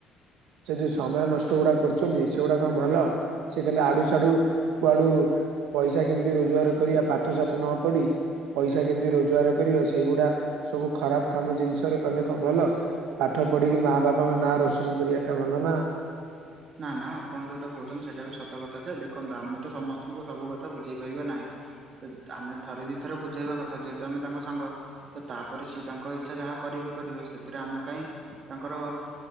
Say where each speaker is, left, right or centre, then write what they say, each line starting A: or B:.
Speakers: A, on the right; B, on the right.
A: ସେ ଯୋଉ ସମୟ ନଷ୍ଟ ଗୁଡା କରୁଛନ୍ତି, ସେଗୁଡା କଣ ଭଲ? ସେ ଖାଲି ଆଡୁ ସାଡୁ କୁଆଡୁ ପଇସା କେମିତି ରୋଜଗାର କରିବା ପାଠସଠ ନ ପଢି ପଇସା କେମିତି ରୋଜଗାର କରିବା, ସେଇଗୁଡା ସବୁ ଖରାପ କାମ ଜିନିଷରେ କଲେ କଣ ଭଲ? ପାଠ ପଢିକି ମା ବାପାଙ୍କ ନାଁ ରୋଶନ କରିବା ଟା ଭଲ ନା।
B: ନା ନା ଆପଣ ଯୋଉଟା କହୁଛନ୍ତି ସେଇଟା ବି ସତ କଥା ଯେ, ଦେଖନ୍ତୁ ଆମେ ତ ସମସ୍ତଙ୍କୁ ସବୁ କଥା ବୁଝେଇ ପାରିବା ନାହିଁ। ତ ଆମେ ଥରେ ଦିଥରେ ବୁଝେଇବା କଥା। ଯେହେତୁ ଆମେ ତାଙ୍କ ସାଙ୍ଗ। ତ ତାପରେ ସିଏ ତାଙ୍କ ଇଚ୍ଛା ଯାହା କରିବେ କରିବେ। ସେଥିରେ ଆମେ କାହିଁ ତାଙ୍କର